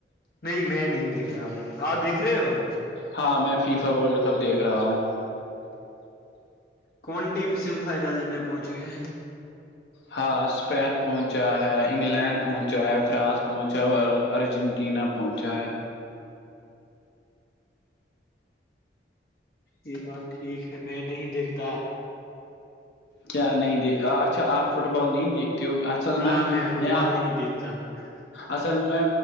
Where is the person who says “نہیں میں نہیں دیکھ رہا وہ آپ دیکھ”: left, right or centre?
Left